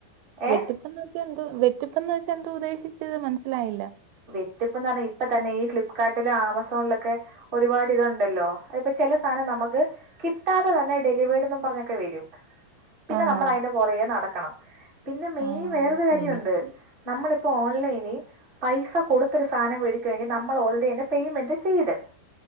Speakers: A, on the right; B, on the right.
A: ഏ
B: വെട്ടിപ്പന്ന വെറ്റിപ്പന്ന് വെച്ച എന്തതു ഉദ്ദേശിച്ചത് മനസ്സിലായില്ല.
A: വിറ്റ്‌പ്പ്ന്നർഞ്ഞ ഇപ്പ തന്നെ ഈ ഫ്ലിപ്കാർടിലും ആമസോണി ലൊക്കെ ഒരുപാട് ഇതുണ്ടല്ലോ അ ഇപ്പോ ചില സാധനം നമുക്ക് കിട്ടാതെ ഡെലിവേഡ്ന്നും പറഞ്ഞൊക്കെ വരും. പിന്നെ
B: ആണോ
A: നമ്മൾ അതിന്റെ പുറകെ നടക്കണം. പിന്നെ മെയൻ
B: ആഹ്
A: വേറൊരു കാര്യണ്ട്.
B: എനിക്ക്
A: നമ്മളിപ്പോ ഓൺലൈന് പൈസ കൊടുത്തൊരു സാധനം വോടി കഴിഞ്ഞ നമ്മൾ ഓൾറെഡിെ പേയ്മെന്റ് ചെയ്ത്.